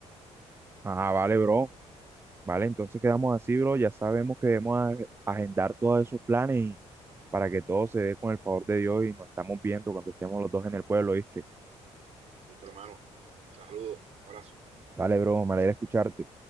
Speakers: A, on the right (about 20°); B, on the right (about 65°).
A: Ajá, vale, bro. Vale, entonces quedamos así, bro. Ya sabemos que debemos a- agendar todos esos planes y para que todo se dé con el favor de Dios y nos estamos viendo cuando estemos los dos en el pueblo, ¿viste?
B: Listo, hermano. Un saludo, un abrazo.
A: Dale, bro, me alegra escucharte.